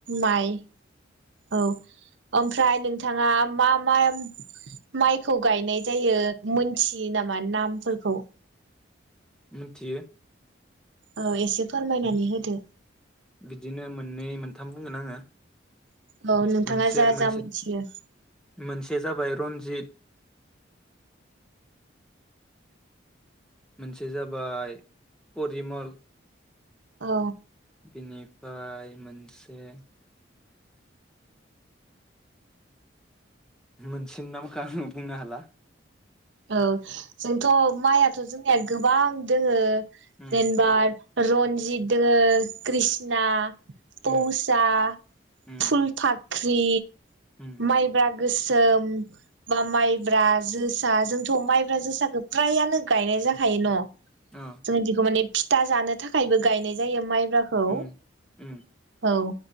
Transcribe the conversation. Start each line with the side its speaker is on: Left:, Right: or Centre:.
Right: माइ औ ओमफ्राय नोंथाङा मा मा माइखौ गायनाय जायो मोनथियो नामा नामफोरखौ?
Centre: मिथियो।
Right: औ एसे फोरमायनानै होदो।
Centre: बिदिनो मोननै मोनथाम बुंगोन आङो
Right: औ नोंथाङा
Centre: मोनसे
Right: जा
Centre: मोनसे
Right: जा मिथियो
Centre: मोनसेया जाबाय रन्जित, मोनसे जाबाय परिमल,
Right: औ
Centre: बिनिफ्राय मोनसे मोनसे नामखो आं बुंनो हाला।
Right: औ जोंथ' माइयाथ' जोंनिया गोबां दोङो
Centre: उम
Right: जेनबार रनजित दोङो कृष्णा
Centre: उम
Right: फौसा
Centre: उम
Right: फुलफात ख्रि
Centre: उम
Right: माइब्रा गोसोम बा माइब्रा जो सा जोंथ' माइब्रा जोसाखो फ्रायानो गायनाय जाखायो न'।
Centre: अ
Right: जों जिखौ माने फिथा जानो थाखायबो गायनाय जायो माइ ब्राखौ
Centre: उम उम
Right: औ